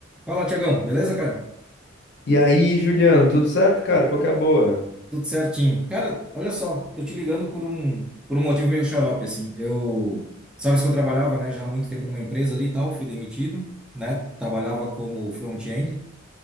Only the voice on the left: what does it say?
E aí, Juliano, tudo certo, cara? Qual que é a boa?